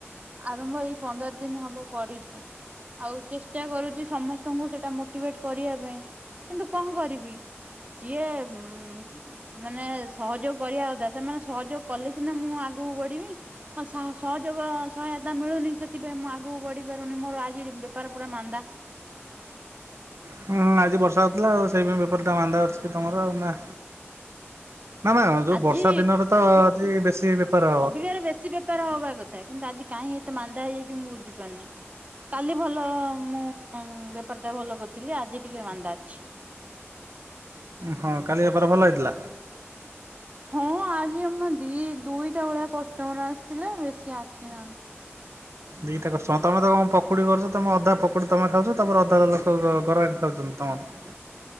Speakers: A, on the right; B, on the right.
A: ଆରମ୍ଭ ଏଇ ପନ୍ଦର ଦିନ ହବ କରିଚି। ଆଉ ଚେଷ୍ଟା କରୁଚି ସମସ୍ତଙ୍କୁ ସେଇଟା ମୋଟିଭେଟ୍ କରିବା ପାଇଁ କିନ୍ତୁ କଣ କରିବି। ଯିଏ ଉଁମ୍। ମାନେ ସହଯୋଗ କରିବା କଥା ସେମାନେ ସହଯୋଗ କଲେ ସିନା ମୁଁ ଆଗକୁ ବଢିବି। ସା ସହଯୋଗ ସହାୟତା ମିଳୁନି ସେଥିପାଇଁ ମୁଁ ଆଗକୁ ବଢି ପାରୁନି ମୋର ଆଜି ବେପାର ପୁରା ମାନ୍ଦା।
B: ହୁଁ ହୁଁ ଆଜି ବର୍ଷା ହୋଉଥିଲା ଆଉ ସେଇ ପାଇଁ ବେପାର ଟା ମାନ୍ଦା ଅଛି କି ତମର ଆଉ ନା। ନା ନା ଯୋଉ
A: ଆଜି
B: ବର୍ଷା ଦିନରେ ତ ଆଜି ବେଶୀ ବେପାର ହବ।
A: ଇଆରେ ବେଶୀ ବେ ବେପାର ହବା କଥା କିନ୍ତୁ ଆଜି କାହିଁ ଏତେ ମାନ୍ଦା ହେଇଯାଇଛି ମୁଁ ବୁଝିପାରୁନି। କାଲି ଭଲ ମୁଁ ବେପାର ଟା ଭଲ କରିଥିଲି ଆଜି ଟିକେ ମାନ୍ଦା ଅଛି।
B: ହଁ କାଲି ବେପାର ଭଲ ହେଇଥିଲା?
A: ହଁ ଆଜି ଆମର ଦି ଦୁଇଟା ଭଳିଆ କଷ୍ଟମର ଆସିଥିଲେ ବେଶୀ ଆସିନାହାନ୍ତି।
B: ଦିଇଟା କଷ୍ଟମର ତମେ ତ କଣ ପକୁଡ଼ି କରୁଛ ତମେ ଅଧା ପକୁଡ଼ି ତମେ ଖାଉଛ ତାପରେ ଅଧା ଲୋକ ଗରକି ଖାଉଛନ୍ତି ତମର।